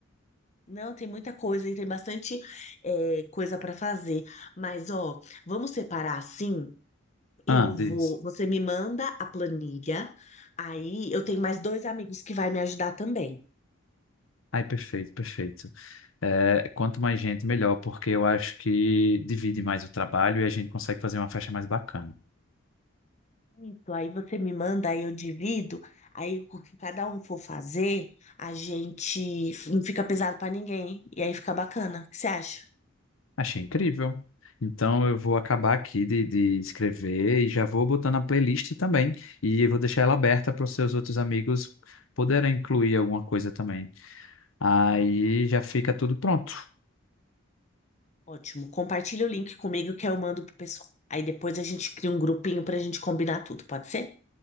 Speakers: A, on the left; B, on the left.
A: Não, tem muita coisa e tem bastante é, coisa para fazer. Mas, ó, vamos separar assim? Eu
B: Ah,
A: vou,
B: diz.
A: você me manda a planilha, aí eu tenho mais dois amigos que vai me ajudar também.
B: Ai, perfeito, perfeito. É, quanto mais gente, melhor, porque eu acho que divide mais o trabalho e a gente consegue fazer uma festa mais bacana.
A: Isso, aí você me manda, aí eu divido, aí o que cada um for fazer, a gente não fica pesado pra ninguém, e aí fica bacana. O que você acha?
B: Achei incrível. Então eu vou acabar aqui de, de escrever e já vou botando a playlist também. E eu vou deixar ela aberta para os seus outros amigos poderem incluir alguma coisa também. Aí já fica tudo pronto.
A: Ótimo. Compartilha o link comigo que eu mando pro pessoal. Aí depois a gente cria um grupinho pra gente combinar tudo, pode ser?